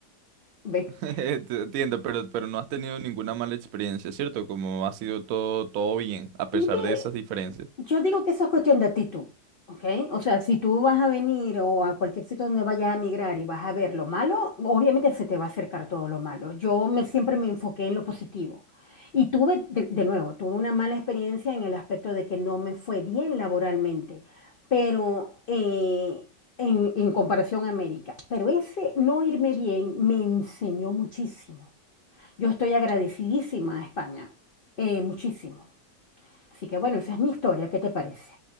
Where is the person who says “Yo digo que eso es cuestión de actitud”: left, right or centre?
Left